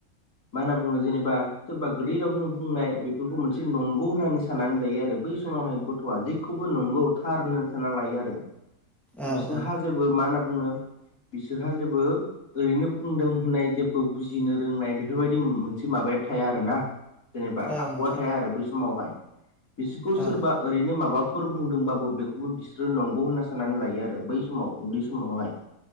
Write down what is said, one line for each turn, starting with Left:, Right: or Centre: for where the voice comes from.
Left: मा होनना बुङो जेनेबा सोरबा गोदै रावजों बुंनाय बेफोरखौ मोनसे नंगौ होननानै साननानै लायो आरो बै समावहाय गथ'आ। जेखौबो नंगौ थार होननानै सानना लायो आरो।
Centre: औ
Left: बिसोरहा
Centre: औ
Left: जेबो मा होनना बुंनो बिसोरहा जेबो ओरैनो बुंदों होननाय जेबो बुजिनो रोंनाय बेफोरबायदि मोनसे माबाया थाया आरो ना जेनेबा
Centre: औ
Left: आखुवा
Centre: नोंथां
Left: थाया आरो बै समावहाय। बिसोरखौ सोरबा
Centre: औ
Left: ओरैनो माबाफोर बुंदोंबाबो बेखौबो बिसोरो नंगौ होनना सानो। साननानै लायो आरो बै समाव उन्दै समावहाय